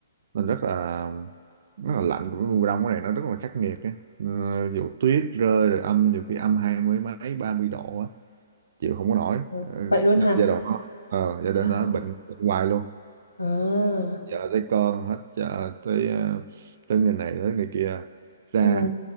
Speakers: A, on the right; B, on the left.
A: nên rất là rất là lạnh mùa đông cái này nó rất là khắc nghiệt á Ờ, vụ tuyết rơi rồi âm nhiều khi âm hai mươi mấy ba mươi độ á chịu không có nổi
B: Ừ.
A: Ờ,
B: vậy luôn hả
A: giai đoạn đó ờ, giai đoạn
B: Chào.
A: đó bệnh, bệnh hoài luôn
B: à
A: vợ tới con hết chợ tới ờ, tới người này tới người kia ra
B: ừ